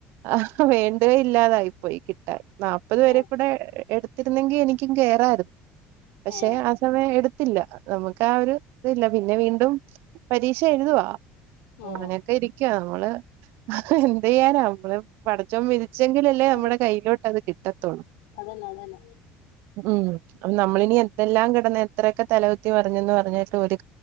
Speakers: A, on the right (about 65°); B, on the left (about 85°).
A: അഹ് വേണ്ടുവേ ഇല്ലാതായി പോയി കിട്ടാൻ നാപ്പത് വേരെ
B: ഏ
A: കൂടെ എ എ എടുത്തിരുന്നെങ്കി എനിക്കും കേറാരുന്നു പക്ഷെ
B: ഏ
A: ആ സമയം എടു ത്തില്ല നമുക്ക് ആ ഒരു ഇതില്ല പിന്നെ വീണ്ടും പരീക്ഷ എഴുതുവാ
B: ആ
A: അങ്ങനെയൊക്കെ ഇരിക്കുവാ നമ്മള് എന്ത് ചെയ്യാനാ നമ്മള് പടച്ചോൻ വിധിച്ചെങ്കിലല്ലേ നമ്മടെ
B: ഉം
A: കയ്യിലോട്ട് അത് കിട്ടത്തുള്ളു
B: അതന്നെ അതന്നെ
A: ഉം നമ്മളിനി എന്തെല്ലാം കിടന്ന് എത്രയൊക്കെ തലകുത്തി മറിഞ്ഞെന്ന് പറഞ്ഞിട്ടും ഒര്